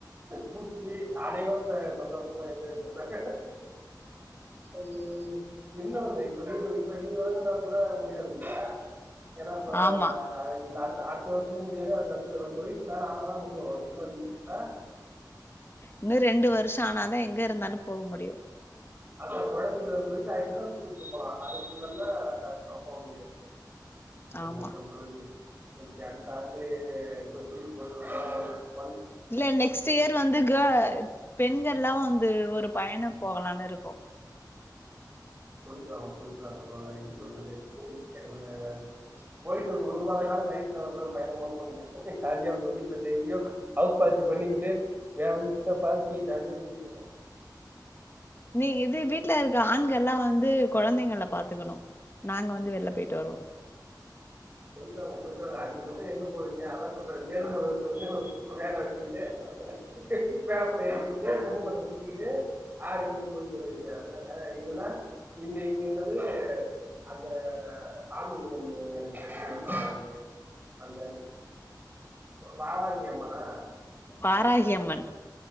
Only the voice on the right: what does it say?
பூச்சி அன்னைக்கு வந்து சந்தோஷமா என்ஜாய் பண்ணாங்க ஐயையோ என்ன பண்ண இப்ப நீ வெயிட் பண்ணி வந்துருந்தா கூட அது முடியாது இல்ல ஏனா இப்ப
அயின் அடு அடுத்து இந்த வருஷமு முடியாது அதுக்கு அடுத்து தொழில் ஃபுல்லா ஆனா தா முடியு என்ன பண்ண இல்ல
அதா குழந்தைங்க பெருசா ஆயிருச்சுனா கூட்டு போலா அதுக்குள்ளனா ஆகாது காப்ப முடியாது என்ன
பண்றது கொஞ்சோ அடுத்த ஆண்டு கொச்சிக்கு <unintelligible>
போய்ட்டு வாங்க போய்ட்டு வாங்க பாய் எப்டி சொல்றது <unintelligible> போயிட்டு இருங்க ஒரு மாத கால வயத்துல கூட பயணமா போடுங்க ஜாலியாங்க வீட்டுல டய்லியோ ஹவுஸ் பார்ட்டி பண்ணிக்கிட்டு எ வீட்டுல பார்ட்டி ஜாலிய எடுத்துக்கிட்டு இருக்கோ
போய்ட்டு வாங்க போய் து அதிக பச்சம் எங்க போவீங்க அதா செல்ரே மேல்மருவத்தூர்ந்து வேல வெச்சுகிட்டு டேக்கு பேப்பல ஏத்திட்டு குடும்பத்த கூட்டிட்டு ஆடிக்கிட்டு போயிட்டு வருவீங்கா எல்லா மேல வைகுலா இங்க இங்க என்னது அந்த சாமி நேமு எனக்கு க்கு வாகே அந்த வாவாங்கி அம்மனா